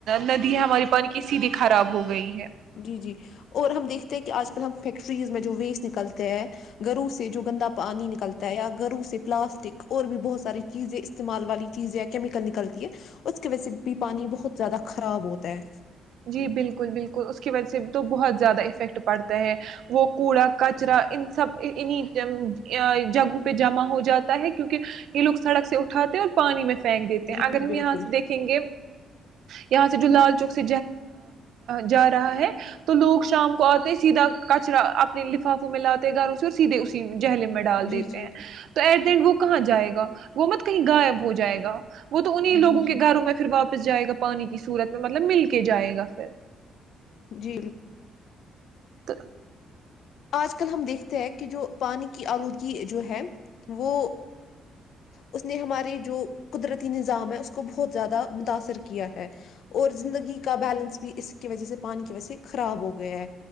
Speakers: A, on the right (about 75°); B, on the left (about 70°).
A: ندی ہے ہماری پانی کی سیدھی خراب ہو گئی ہے
B: جی جی اور ہم دیکھتے ہیں کہ آج کل ہم فیکٹریز میں جو ویسٹ نکلتے ہیں گرو سے جو گندا پانی نکلتا ہے یا گرو سے پلاسٹک اور بھی بہت ساری چیزیں استعمال والی چیزیں یا کیمیکل نکلتی ہے اس کی وجہ سے بھی پانی بہت زیادہ خراب ہوتا ہے
A: جی بالکل بالکل اس کی وجہ سے تو بہت زیادہ افیکٹ پڑتا ہے وہ کوڑا کچرا ان سب انہیں جگہوں پہ جمع ہو جاتا ہے کیوںکہ یہ لوگ سڑک سے اٹھاتے ہیں اور پانی میں پھینک دیتے ہیں
B: جی
A: اگر ہم یہاں
B: بالکل
A: سے دیکھیں گے یہاں سے جو لال چوک ج جا رہا ہے تو لوگ شام کو آتے سیدھا کچرا اپنے لفافوں میں لاتے گھروں سے اور سیدھے اسی جہل میں ڈال
B: جی
A: دیتے
B: جی
A: ہیں تو ایٹ دا اینڈ وہ کہاں جائے گا وہ مت کہیں غائب ہو جائے گا وہ تو انہیں لووں
B: جی
A: کے
B: جی
A: گھروں میں پھر واپ جائے گا پانی کی صورت میں مطلب مل کے کے جائے گا پھر
B: جی
A: پ
B: آج کل ہم دیکھتے ہیں کہ جو پانی کی آلودگی جو ہے وہ اس نے ہمارے جو قدرتی نظام ہے اس کو بہت زیادہ متاثر کیا ہے اور زندگی کا بیلنس بھی اس کی وجہ سے پانی کی وجہ سے خراب ہو گیا ہے